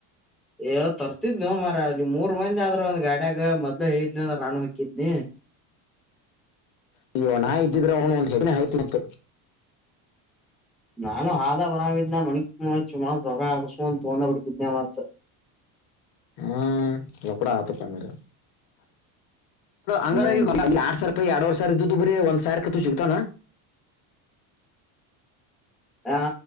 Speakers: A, in the centre; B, on the left.
A: ಏ ತರ್ತಿದ್ ನೋವು ಮರ ಅಲ್ಲಿ ಮೂರ್ ಮಂದ ಆದ್ರ ಒಂದ್ ಗಾಡಿಯಾಗ ಮೊದ್ಲ ಐದ್ ಅ ರಾಣ ಹಾಕಿದ್ನಿ
B: ಅಯ್ಯೋ ನಾ ಇದ್ದಿದ್ರೆ ಅವನು ಒಂದ್ ಹೆಗ್ನೆ ಹೇತಿಂತ
A: ನಾನು ಹಾದ ಬರಿದ್ನ ಮಣಿಕ್ ಮವಗ ಆಕ ತಗೊಂಡ ಬಿಡ್ತಿದ್ನ ಮತ್
B: ಹ್ಮ್ ರೊಪಡ ಆತಪ್ಪಂದರ ಅಂಗಾರ
A: ಹ್ಮ್
B: ಎರಡು ಸಾವಿರ ಎರಡವರೆ ಸಾವರ ಇದ್ದ್ದು ಬರೀ ಒಂದ್ ಸಾವಿ ಕತ್ತು ಸಿಗ್ತಾನ
A: ಹ